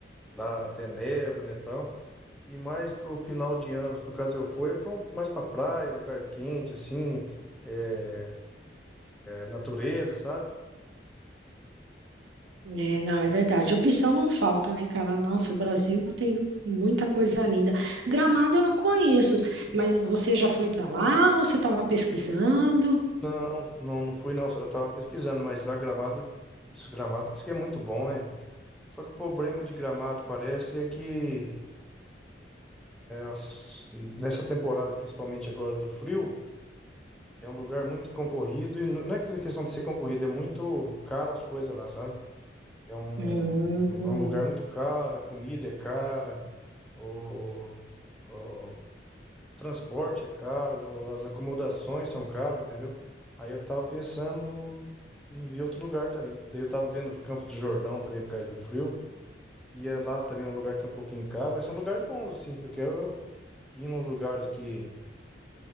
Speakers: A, in the centre; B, on the right.
A: lá até neva, né, tal. E mais pro final de ano, no caso eu fui, é pra um- mais pra praia, lugar quente, assim, é, natureza, sabe?
B: É, não, é verdade. Opção não falta, né, cara? Nossa, o Brasil tem muita coisa linda. Gramado eu não conheço, mas você já foi para lá ou você estava pesquisando?
A: Não, não, não fui não, só- eu tava pesquisando, mas lá Gramado, diz- Gramado diz que é muito bom, né? Só que o problema de Gramado parece é que as- nessa temporada, principalmente agora do frio, é um lugar muito concorrido e não não é aquela questão de ser concorrido, é muito caro as coisas lá, sabe? É um,
B: Hum.
A: um, é um lugar muito caro, a comida é cara, o, o transporte é caro, as acomodações são caras, entendeu? Aí eu tava pensando em ver outro lugar também. Daí eu tava vendo Campos do Jordão também por causa do frio. E é lá também é um lugar que é um pouquinho caro, mas são lugares bons, assim. Eu quero ir nos lugares que